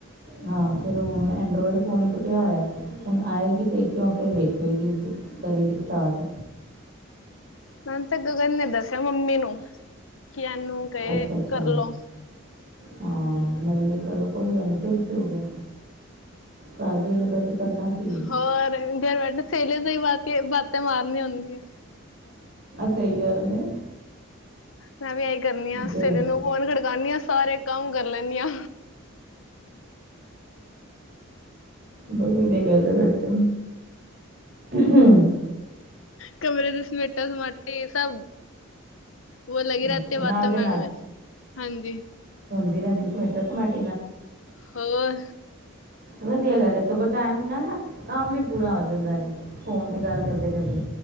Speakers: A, on the right; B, on the left.
A: ਹਾਂ, ਫਿਰ ਔ ਐਂਡਰੋਇਡ ਫੋਨ ਇੱਕ ਪਿਆ ਹੋਯੈ, ਹੁਣ ਆਏਗੀ ਪੇਕਓ ਫਿਰ ਵੇਖੇਗੀ ਕਰੇਗੀ ਸਟਾਰਟ।
B: ਮੈਨ ਤੇ ਗਗਨ ਨੇ ਦੱਸਿਆ ਮੰਮੀ ਨੂੰ। ਕਿ ਐਨੂੰ ਕਏ
A: ਅੱਛਾ ਅੱਛਾ
B: ਕਰਲੋ।
A: ਹਾਂ, ਨਹੀਂ ਨਹੀਂ ਕਰੋ ਕੋਈ ਗੱਲ ਨੀ ਫੇਰ ਕਿ ਹੋ ਗਿਆ ਘਰ ਵੇਲੇ ਬੈ ਕੇ ਕਰਨਾ ਕੀ ਹੈ
B: ਹੋਰ ਦੇਲ ਵਡੇ ਸੇਲੇ ਸੇ ਵੱਧ ਤੇ ਬੱਤ ਤੇ ਮਾਰਨੀ ਹੋੰਦੀ ਏ।
A: ਸਹੀ ਗੱਲ ਨੇ।
B: ਮੈਂ ਵੀ ਐਹੀ ਕਰਨੀ ਆ
A: ਜ
B: ਸੇਲੀ ਨੂੰ ਫੋਨ ਖੜਕਾਣੀ ਆਂ। ਸਾਰੇ ਕੰਮ ਕਰ ਲੈਂਣੀ ਆਂ।
A: ਬੜੀ ਵਧੀਆ ਗੱਲ ਏ, ਫੇਰ ਤੇ। ਉਹੂੰ।
B: ਕਮਰੇ ਦੇ ਸਮੇਟਾ ਸਮਾਟੇ ਸਭ ਵੋ ਲੱਗੀ ਰੈ
A: ਅੱਛਾ
B: ਤੀ ਐ
A: ਨਾਲ
B: ਵਾਤੋ
A: ਦੇ
B: ਮੇ, ਮੈਂ ਵੀ ਹਾਂਜੀ।
A: ਦੀ ਰੈੰਦੀ ਸਮੇਟਾ ਸਮਾਟ
B: ਹੋਰ?
A: ਵਧੀਆ ਗੱਲ ਐ, ਸਗੋਂ ਟੈਮ ਨਾਲ ਨਾ ਕੰਮ ਵੀ ਪੂਰਾ ਹੋ ਜਾਂਦਾ ਨੇ, ਫੋਨ ਤੇ ਗੱਲ ਕਰਦੇ ਕਰਦੇ।